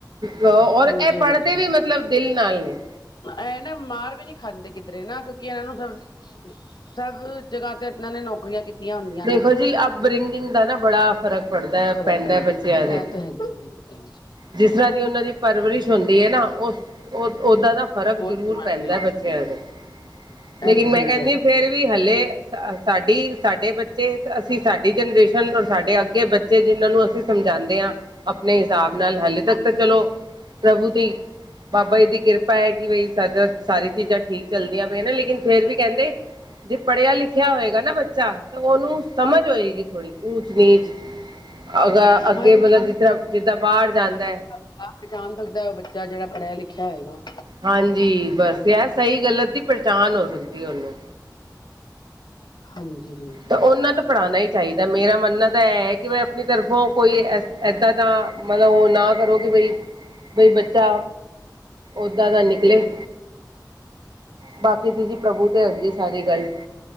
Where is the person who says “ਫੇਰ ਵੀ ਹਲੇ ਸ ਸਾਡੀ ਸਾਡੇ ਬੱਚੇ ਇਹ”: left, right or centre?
Right